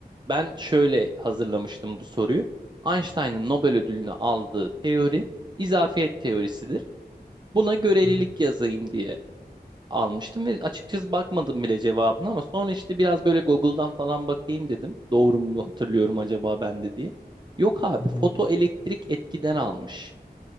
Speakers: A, on the right; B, on the left.
A: Ben şöyle hazırlamıştım bu soruyu. Einstein'ın Nobel ödülünü aldığı teori izafiyet teorisidir. Buna görelilik
B: Hı hı.
A: yazayım diye almıştım ve açıkçası bakmadım bile cevabına ama sonra işte biraz böyle Google'dan falan bakayım dedim. Doğru mu hatırlıyorum acaba ben de diye. Yok abi
B: Hı
A: fotoelektrik
B: hı.
A: etkiden almış.